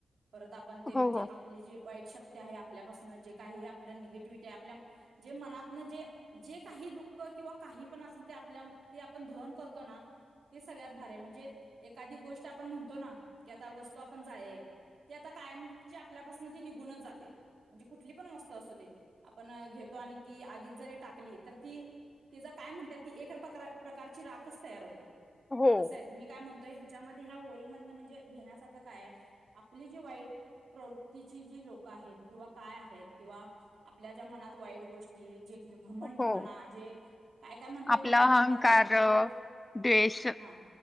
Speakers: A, on the right (about 70°); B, on the left (about 20°).
A: परत आपण ते म्हणजे
B: हो हो
A: आप - -पली जी वाईट शक्ती आहे. आपल्यापासन जे काही आपलं निगेटिव्हिटी आहे. आपल्या जे मनातन जे- जे काही दुःख किंवा काही पण असेल ते आपल्या, ते आपण दहन करतो ना- ते सगळ्यात भारी आहे. म्हणजे एखादी गोष्ट आपण म्हण - तो ना की, आता वस्तू आपण जाळलिए ते आता कायमची आपल्यापासून ती निघूनच जाते. म्हणजे कुठली पण वस्त असू दे. आपण घेतो आणि ती आगीत जरी टाकली तर ती तिचं काय म्हणतात ती एक प्रकारची राखच तयार होते.
B: हो
A: तसय मी काय म्हणतोय ह्याच्यामध्ये ह्या होळी मधन म्हणजे घेण्यासारखं कायए, आपली जी वाईट प्रवृत्तीची जी लोकं आहेत किंवा काय आहेत किंवा आपल्या ज्या मनात वाईट गोष्टी कि जे घमंडीपणा
B: हो
A: जे काय, काय म्हणतोय
B: आपला
A: ना एक प्रकारचा
B: अहंकार
A: आपल्यामध्ये
B: द्वेष.
A: हा